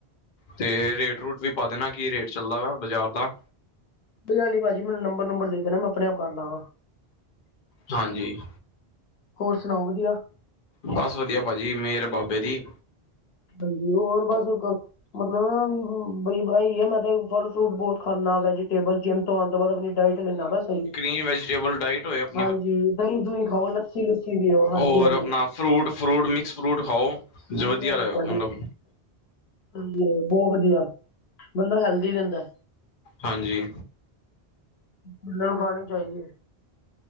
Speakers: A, on the left; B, on the left.
A: ਤੇ ਰੇਟ-ਰੂਟ ਵੀ ਪਾ ਦੇਨਾ, ਕੀ ਰੇਟ ਚੱਲਦਾ ਵਾ ਬਾਜਾਰ ਦਾ।
B: ਕੋਈ ਗਲ ਨੀ ਭਾਜੀ ਮੈਨੂੰ ਨੰਬਰ-ਨੂੰਬਰ ਦੇ ਦੇਨਾ ਮੈਂ ਅਪਨੇ ਆਪ ਕਾਰ ਲਾਂਗਾ।
A: ਹਾਂਜੀ,
B: ਹੋਰ ਸੁਣਾਓ ਵਧੀਆ
A: ਬਸ ਵਦੀਆ ਭਾਜੀ ਮੇਰ ਆ ਬਾਬੇ ਦੀ।
B: ਹਾਂਜੀ, ਹੋਰ ਬਸ ਕ ਮਤਲਵ ਬਈ ਬਾਈ ਐ ਮੈਂ ਤੇ ਫਲ-ਫਰੂਟ ਬੋਤ ਖਾਨਾ, ਵੈਜੀਟੇਬਲ ਜਿੰਮ ਤੋਂ ਆਨ ਤੋ ਬਾਦ ਅਪਨੀ ਡਾਇਟ ਲੈਂਨਾ ਵਾ ਨਾ ਸਈ।
A: ਈਂ ਵੈਜੀਟੇਬਲ ਡਾਈਟ ਹੋਏ ਅਪ
B: ਹਾਂਜੀ, ਦਈਂ-ਦੁਈਂ ਖਾਓ, ਲੱਸੀ-ਲੁੱਸੀ ਪੀਓ ਹਾਂਜੀ-ਹਾਂਜੀ।
A: ਔਰ ਆਪਣਾ ਫਰੂਟ, ਫਰੂਟ, ਮਿਕਸ ਫਰੂਟ ਖਾਓ
B: ਸਹੀ
A: ਜ ਵਦੀਆ
B: ਗੱਲ ਹੈ
A: ਐ
B: ਭਾਜੀ
A: ਮਲਬ
B: ਹਾਂਜੀ, ਬੋਅ ਵਦੀਆ, ਬੰਦਾ ਹੈਲਦੀ ਰੈਂਦੈ।
A: ਹਾਂਜੀ।
B: ਬਂਦੇ ਨੂੰ ਖਾਨੀ ਚਾਈਦੀ ਏ।